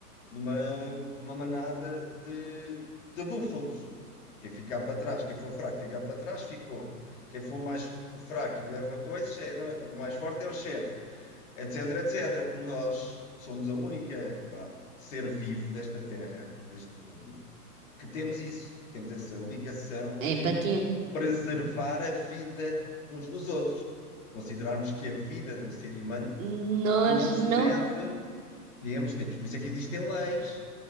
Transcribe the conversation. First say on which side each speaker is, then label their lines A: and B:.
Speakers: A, on the left; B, on the right.
A: numa, numa manada de, de búfalos. Quem ficar para trás, quem for fraco ficar para trás, ficou. Quem for mais fraco e leva coisas, é- não é- o mais forte é o chefe, etc, etc. Nós somos a única, vá, ser vivo desta terra, deste mundo, que temos isso, que temos essa ligação
B: É
A: de
B: empatia.
A: preservar
B: Uhum.
A: a vida uns dos outros. Considerarmos que a vida de um ser humano
B: Nós
A: não se
B: não.
A: deve viemos tempos. Por isso é que existem leis